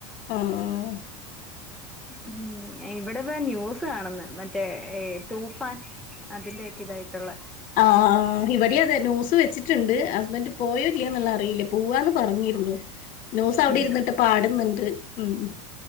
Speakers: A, on the left; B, in the centre.
A: ഉം, ഉം
B: ഉം, ഏ. ഇവിടിതാ ന്യൂസ് കാണന്ന് മറ്റേ തൂഫാൻ അതിന്റെയൊക്കെ ഇതായിട്ടുള്ള
A: ആഹ് ഇവിടെ അതെ ന്യൂസ് വെച്ചിട്ടുണ്ട്. ഹസ്ബൻ്റ് പോയോ ഇല്ലയോ എന്നുള്ളറിയില്ല, പോവാന്ന് പറഞ്ഞിരുന്നു. ന്യൂസ് അവിടെ
B: ഉം
A: ഇരുന്നിട്ട് പാടന്നിണ്ട് ഉം ഉം.